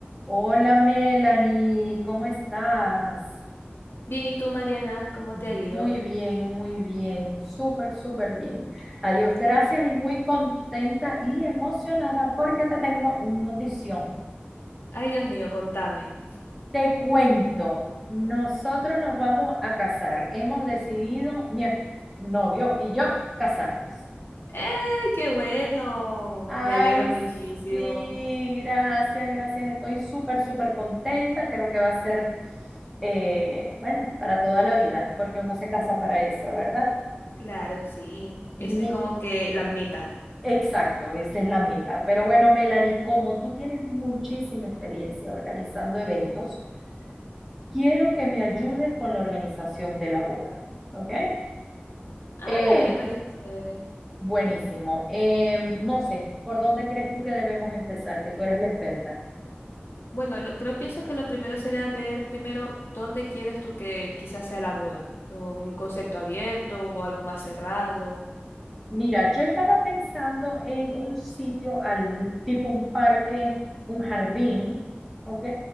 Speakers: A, in the centre; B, on the left.
A: Hola Melanie, ¿cómo estás?
B: Bien, ¿y tú, Mariana? ¿Cómo
A: Muy
B: te ha ido?
A: bien, muy bien, súper, súper bien. Adiós, gracias y muy contenta y emocionada porque te tengo un notición.
B: Ay, Dios mío, contame.
A: Te cuento, nosotros nos vamos a casar. Hemos decidido, mi novio y yo, casarnos.
B: ¡Ey, qué bueno!
A: Ay,
B: Me alegro muchísimo.
A: sí, gracias, gracias. Estoy súper, súper contenta. Creo que va a ser, eh, bueno, para toda la vida, porque uno se casa para eso, ¿verdad?
B: Claro, sí. Esa
A: Mi,
B: es como que la mitad.
A: exacto, esa es la meta. Pero bueno, Melanie, como tú tienes muchísima experiencia organizando eventos, quiero que me ayudes con la organización de la boda, ¿ok?
B: Ah,
A: Eh,
B: dale, me parece chévere.
A: buenísimo. Em, no sé, ¿por dónde crees tú que debemos empezar? Que tú eres la experta.
B: Bueno, lo, creo, pienso que lo primero sería ver primero dónde quieres tú que quizás sea la boda. O un concepto abierto o algo más cerrado.
A: Mira, yo estaba pensando en un sitio al tipo un parque, un jardín, ¿ok?